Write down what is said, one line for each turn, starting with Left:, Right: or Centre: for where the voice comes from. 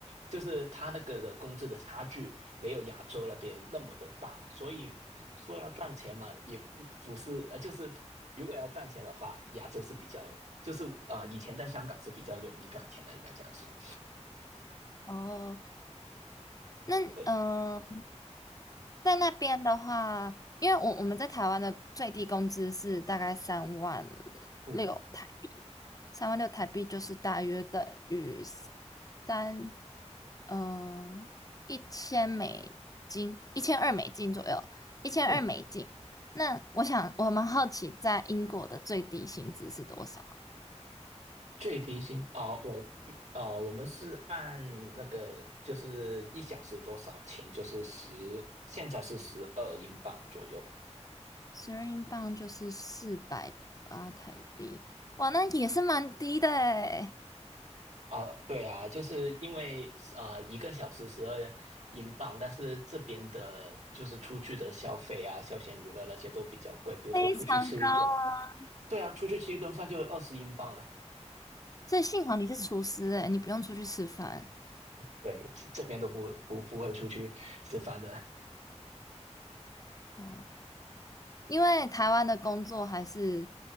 Right: 就是他那个的工资的差距没有亚洲那边那么的大，所以说要赚钱嘛，也不是呃，就是如果要赚钱的话，亚洲是比较就是呃，以前在香港是比较容易赚钱的，应该这样说。
Left: 哦，那嗯、
Right: 对，
Left: 呃在那边的话，因为我我们在台湾的最低工资是大概三万
Right: 嗯
Left: 六台币，三万六台币就是大约等于三，呃，一千美金，一千二美金左右，一千二美金。
Right: 嗯，
Left: 那我想，我蛮好奇，在英国的最低薪资是多少？
Right: 最低薪哦，呃我哦，呃我们是按那个就是一小时多少钱，就是十，现在是十二英镑左右
Left: 十二英镑就是四百八台币，哇，那也是蛮低的诶，
Right: 啊，对啊，就是因为啊呃一个小时十二英镑，但是这边的就是出去的消费啊，休闲娱乐那些都比较贵，比如说出去吃一顿，
Left: 非常高啊
Right: 对啊，出去吃一顿饭就二十英镑了，
Left: 所以幸好你是厨师、欸，你不用出去吃饭，
Right: 对，这这边都不不不会出去吃饭的，
Left: 嗯，因为台湾的工作还是，